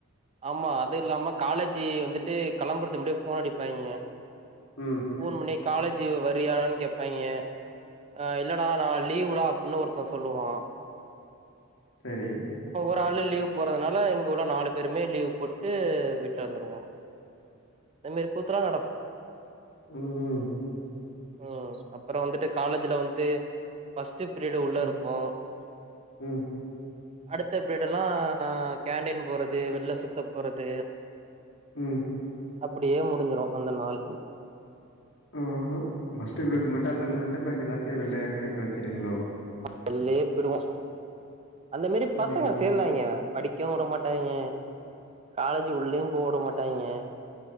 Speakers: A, on the right; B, on the left.
A: ஆமா அது இல்லாம காலேஜி வந்துட்டு கெளம்புறத்துக்கு முன்னாடியே ஃபோன் அடிப்பாங்க
B: ம்
A: ஃபோன் பண்ணி காலேஜ் வரியான்னு கேப்பாங்க ஆ இல்லடா நா லீவுடா அப்டின்னு ஒருத்த சொல்லுவா
B: சரி
A: ஒத்தாளு லீவ் போறதுனால இங்க உள்ள நாலு பேருமே லீவ் போட்டு வீட்ல இருந்துருவோ இந்தமாரி கூத்தல்லா நடக்கு
B: உம் உம்
A: உம் அப்புற வந்துட்டு காலேஜ்ல வந்து பஸ் ஃபஸ்ட் பீரியடு உள்ள
B: ம்
A: இருப்போ
B: ம்
A: அடுத்த பீரிடூ எல்லா நா கேன்டீன் போறது வெள்ள சுத்த போறது
B: உம்
A: அப்டியே முடிஞ்சிரு அந்த நாள்
B: ம்ஹு பஸ்ட்டு பீரியடு மட்டு அட்டன்பன்னிட்டு
A: ம்
B: பாக்கி எல்லாத்தயு வெள்ளேயே கழுச்சி அப்டிங்ளோ
A: வெள்லே போயிடுவோ அந்த மாரி
B: ம்
A: பசங்க
B: ம்
A: சேந்தாங்க படிக்கவு விடமாட்டாங்க காலேஜு உள்ளேயு போகவிட மாட்டாங்க மாட்டங்க